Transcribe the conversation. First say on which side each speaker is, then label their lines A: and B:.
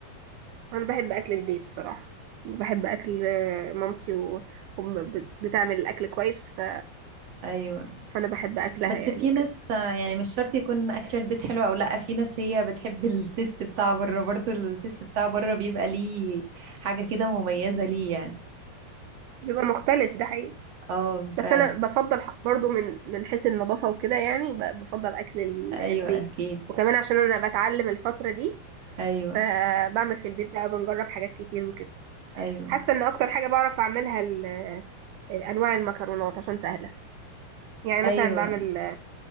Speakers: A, on the right; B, on the right.
A: انا بحب اكل البيت الصراحه بحب اكل آه، مامتي و... وبتعمل الاكل كويس ف...
B: ايوه
A: فانا بحب اكلها
B: بس
A: يعني
B: في
A: وكده
B: ناس آه، يعني مش شرط يكون اكل البيت حلو او لا في ناس هي بتحب <laughs> التيست بتاع بره برضو التيست بتاع بره بيبقى ليه حاجة كده مميزة ليه يعني
A: بيبقى مختلف ده حقيقي
B: اه فعلا
A: بس انا بفضل ح- برضو من من حيث النظافه وكده يعني ب- بفضل اكل ال-
B: ايوه
A: البيت
B: اكيد
A: وكمان عشان انا بتعلم الفتره دي
B: ايوه
A: فبعمل في البيت بقى بنجرب حاجات كتير وكده
B: ايوه
A: حاسه ان اكتر حاجه بعرف اعملها ال- انواع المكرونات عشان سهله يعني مثلا
B: ايوه
A: بعمل